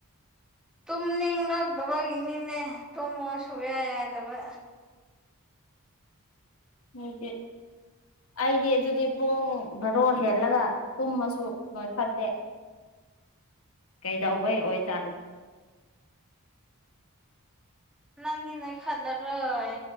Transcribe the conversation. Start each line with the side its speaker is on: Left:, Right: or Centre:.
Centre: ꯇꯨꯝꯅꯤꯡꯂꯛꯇꯕꯒꯤꯅꯤꯅꯦ ꯇꯨꯝꯃꯣ ꯁꯨꯛꯌꯥ ꯌꯥꯗꯕ
Left: ꯅꯣꯏꯒꯤ ꯑꯩꯗꯤ ꯑꯗꯨꯗꯤ ꯄꯨꯡ ꯕꯥꯔꯣ ꯍꯦꯜꯂꯒ ꯇꯨꯝꯃꯁꯨ ꯅꯣꯏꯈꯠꯇꯦ ꯀꯩꯗꯧꯕꯩ ꯑꯣꯏꯖꯥꯠꯅꯣ
Centre: ꯅꯪꯗꯤ ꯅꯣꯏꯈꯠꯂꯔꯣꯏ